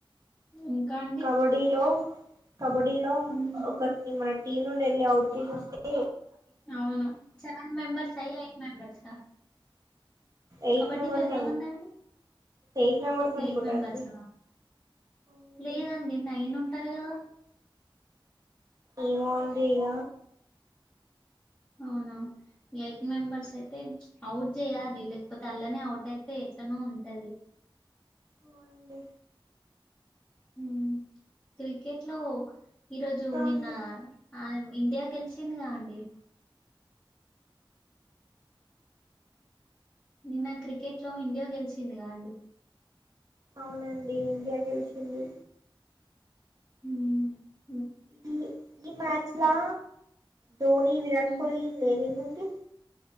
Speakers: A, on the left; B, on the right.
A: ఇంకా అండి
B: కబడీలో కబడ్డీలో
A: ఉమ్
B: ఒకరిని మన టీమ్ నుండి వెళ్ళి అవుట్ చేసోస్తే
A: అవును సెవెన్ మెంబర్స్ అయి అయ్ మెంబర్స
B: ఎయిట్
A: కబడ్డీలో
B: మెంబర్స్
A: ఎంత మంది అండి
B: ఎయిట్ మెంబర్స్ అనుకుంటా
A: ఎయిట్ మెంబర్స
B: అండి అవునండి
A: లేదండి నైను టరు కదా
B: ఏమో అండి ఇగ
A: అవునా ఎయిట్ మెంబర్స్ అయితే అవుట్ చేయాలి లేకపోతే అల్లనే అవుట్ అయితే ఎట్లనో ఉంటది
B: అవునండి
A: మ్మ్ క్రికెట్ లో ఈరోజు
B: ఇంకా
A: నిన్న
B: అండి
A: ఆ ఇండియా గెలిసిందిగా అండి నిన్న క్రికెట్ లో ఇండియా గెలిసిందిగా అండి
B: అవునండి ఇండియా గెలిచింది
A: మ్మ్
B: ఈ ఈ మ్యాచ్ లా ధోని విరాట్
A: హ్మ్.
B: కోహ్లీ లేరెందన్ ది